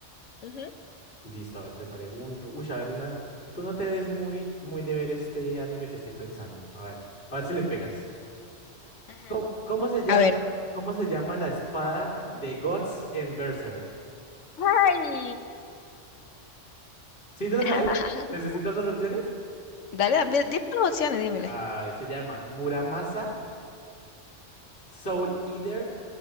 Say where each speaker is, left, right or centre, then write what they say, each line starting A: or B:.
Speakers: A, on the left (about 80°); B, on the left (about 55°).
A: Ujú.
B: Listo, a ver, te pregunto. Uy, a ver, una. Tú no te ves muy, muy de ver este anime que estoy pensando. A ver, a ver si le pegas.
A: Ajá.
B: ¿Cómo, cómo se llama,
A: A ver.
B: cómo se llama la espada de Guts en Berserk?
A: Ay.
B: ¿Sí te
A: <laughs>
B: lo sabes? ¿Necesitas las opciones?
A: Dale, dame- dime las opciones, dímele.
B: Ah, se llama Muramasa, Soul Eater,